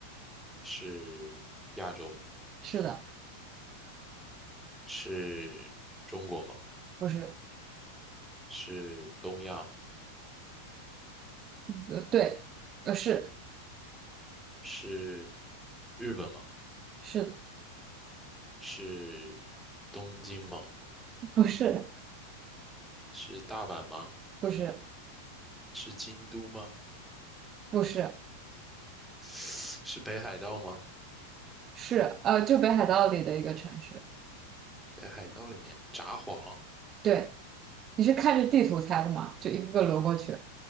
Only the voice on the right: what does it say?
是的，
不是，
呃，对，呃，是，
是的，
不是，
不是，
不是，
是，呃，就北海道里的一个城市，
对，你是看着地图猜的吗？就一个个轮过去，